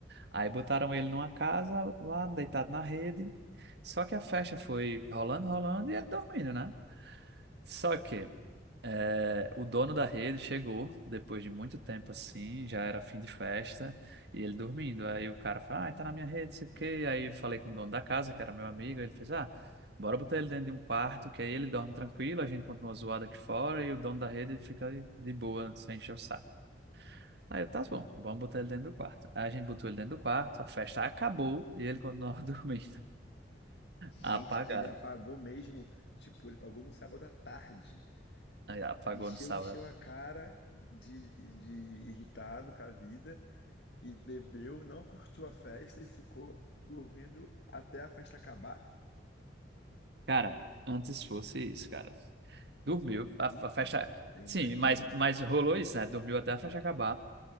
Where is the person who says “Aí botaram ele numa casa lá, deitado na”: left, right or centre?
Right